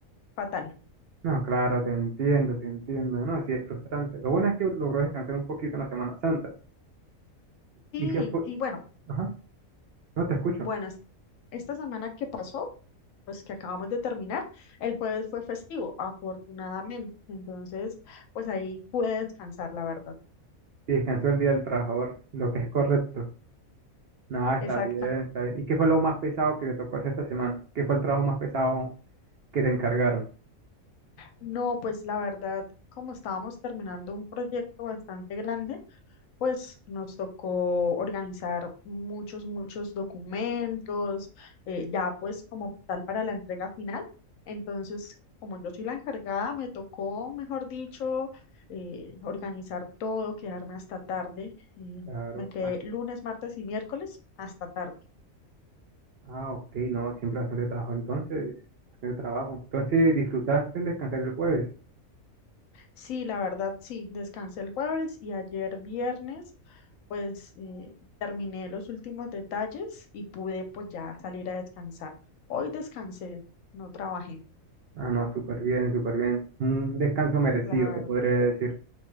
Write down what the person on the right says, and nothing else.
No, claro, te entiendo, te entiendo. No, sí es frustrante. Lo bueno es que logró descansar un poquito en la Semana Santa.
¿Y qué fue?
Ajá, no te escucho.
Sí, descansó el Día del Trabajador, lo que es correcto. No, está
bien, está bien. ¿Y qué fue lo más pesado que te tocó hacer esta semana? ¿Qué fue el trabajo más pesado que te encargaron?
Claro,
Ah, ok, no, siempre bastante trabajo entonces, bastante trabajo. Entonces, ¿disfrutaste en descansar el jueves?
Ah, no, súper bien, súper bien. Un descanso merecido,
se podría decir.